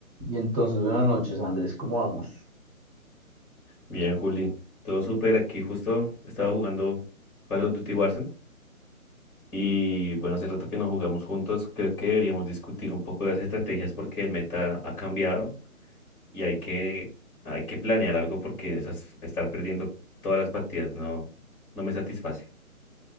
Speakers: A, on the right; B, on the left.
A: Y entonces, buenas noches, Andrés, ¿cómo vamos?
B: Bien, Juli. Todo súper. Aquí justo estaba jugando Call of Duty Warzone. Y bueno, hace rato que no jugamos juntos. Creo que deberíamos discutir un poco las estrategias porque el meta ha cambiado y hay que, hay que planear algo porque esas- estar perdiendo todas las partidas no, no me satisface.